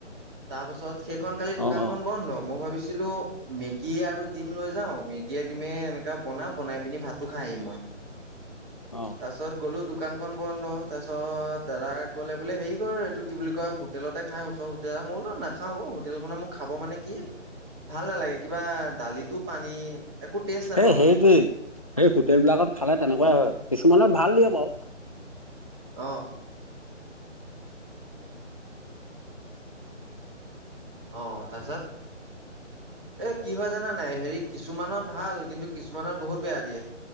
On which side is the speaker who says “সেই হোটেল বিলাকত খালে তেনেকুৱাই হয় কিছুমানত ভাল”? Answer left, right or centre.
Left